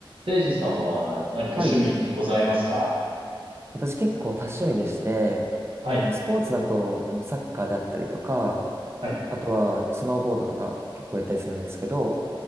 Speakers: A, on the right; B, on the right.
A: せいじさんは何か趣味ございますか
B: はい。私結構多趣味でして、
A: はい、
B: あの、スポーツだと、あの、サッカーであったりとか、
A: はい、
B: あとはスノーボードとか結構やったりするんですけど、